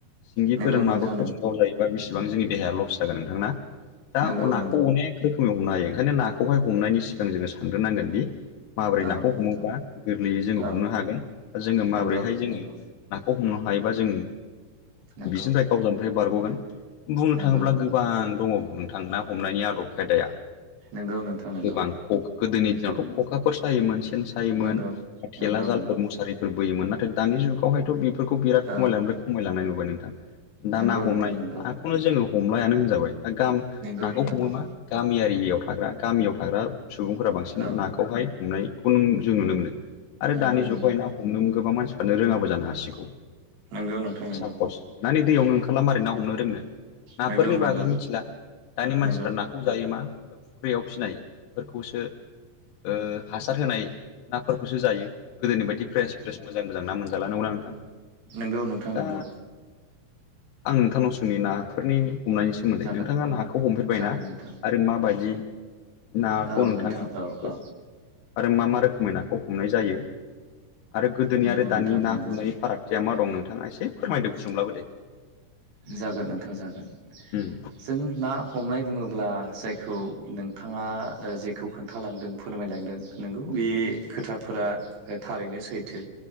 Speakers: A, on the left (about 80°); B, on the right (about 80°).
A: सिंगि
B: नंगौ
A: फोरजों मागुर
B: नोंथां
A: फोरजों गावजायोबा बिसि बां जोंनि देहाया लस जागोन नोंथां ना?
B: नंगौ
A: दा नाखौ
B: नंगौ
A: अनेक रोखोमै हमनो हायो, ओंखायनो नाखौ हाय हमनायनि
B: नंगौ
A: सिगां जोङो सानग्रोनांगोन दि माबोरै
B: औ
A: नाखौ
B: नोंथां
A: हमोबा गोरलैयै जोङो हमनो
B: औ
A: हागोन बा जोङो माबोरैहाय
B: नंगौ
A: जोङो
B: नंगौ
A: नाखौ हमनो हायोबा जों
B: नंगौ
A: बिसोरनिफ्राय गावजानायनिफ्राय बारग'गोन। बुंनो
B: नंगौ
A: थाङोब्ला
B: नंगौ
A: गोबां दङ बुंनो नोंथां ना हमनायनि आदब खायदाया।
B: नंगौ नोंथां नंगौ
A: गोबां ख' गोदोनि दिनावथ' खखाफोर सायोमोन ‌सेन‌ सायोमोन,
B: नंगौ
A: थेला
B: नंगौ
A: जालफोर,
B: नंगौ
A: मुसारिफोर बोयोमोन नाथाय दानि जुगावहायथ' बेफोरखौ बिराद खमायलांनायनिफ्राय
B: औ
A: खमायलांनाय नुबाय नोंथां। दा
B: नंगौ
A: ना हमनाय
B: नोंथां नंगौ
A: नाखौनो जोङो हमलायानो होनजाबाय। दा गाम
B: नंगौ
A: नाखौ
B: नंगौ
A: हमो मा गामियारि एरियायाव थाग्रा गामियाव थाग्रा सुबुंफोरा बांसिन
B: औ
A: नाखौहाय हमनायखौ नो जों नुनो मोनो आरो
B: नंगौ
A: दानि
B: नंगौ
A: जुगावाय ना हमनो गोबां मानसिफ्रानो रोङाबो जानो हासिगौ।
B: नंगौ नोंथां नंगौ
A: सापस माने दैयावनो ओंखारला मारै ना हमनो रोंनो। नाफोरनि
B: नंगौ नंगौ
A: बागै मिथिला दानि मानसिफ्रा
B: नंगौ
A: नाखौ जायो मा फुख्रियाव फिनाय खौसो। ओ हासार होनाय नाफोरखौसो जायो, गोदोनि बायदि फ्रेस फ्रेस मोजां मोजां ना मोन जाला, नंगौना नोंथां?
B: नोंगौ नोंथां
A: दा
B: नंगौ।
A: आं नोंथांनाव सों जोंनि नाफोरनि हमनायनि सोमोन्दै
B: जागोन
A: नोंथाङा नाखौ हमफेरबायना
B: जागोन नोंथां
A: आरो माबायदि नाखौ
B: औ
A: नोंथाङा
B: नोंथां
A: हमखो
B: औ औ
A: आरो मा मा रोखोमै नाखौ हमनाय जायो आरो गोदोनि
B: नंगौ
A: आरो दानि
B: नोंथां नंगौ
A: ना हमनायनि फारागथिया मा दं नों थाङा एसे फोरमायदो गुसुंब्लाबो दे।
B: जागोन नोंथां जागोन।
A: उम
B: जों ना हमनाय बुङोब्ला जायखौ नोंथाङा ओ जेखौ खोन्थालांदों, फोरमायलांदों नंगौ बे खोथाफोर आ थारैनो सैथो